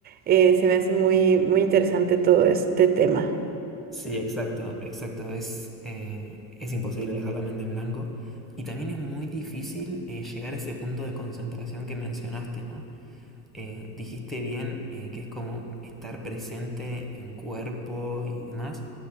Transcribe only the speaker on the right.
eh, se me hace muy, muy interesante todo este tema.